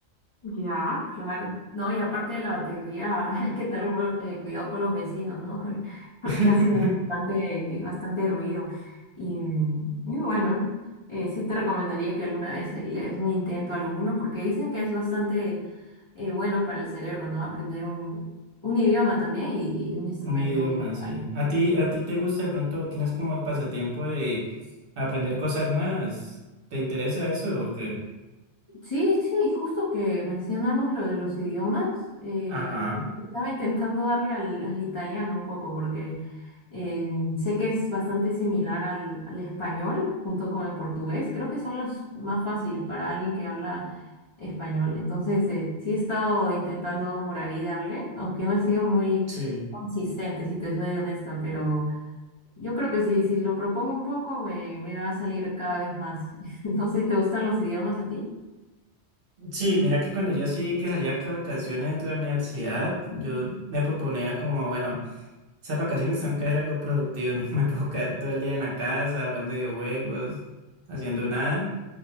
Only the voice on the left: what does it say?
Ya, claro. No, y aparte de la batería, <laughs> hay que tener bro- eh, cuidado con los vecinos, ¿no? <laughs> Con- Porque
hace bastante, bastante ruido. Y, mm, y bueno, eh, sí te recomendaría que alguna vez le des un intento a alguno, porque dicen que es bastante eh, bueno para el cerebro, ¿no? Aprender un, un idioma también y, y un instrumento
musical.
Sí, sí, justo que mencionamos lo de los idiomas, eh,
estaba intentando darle al, al italiano un poco porque eh, sé que es bastante similar al, al español junto con el portugués, creo que son los más fáciles para alguien que habla español, entonces eh, sí he estado intentando por ahí darle, aunque no he sido muy
consistente, si te soy honesta, pero yo creo que sí, si lo propongo un poco me, me va a salir cada vez más. <laughs> No sé, ¿te gustan los idiomas a ti?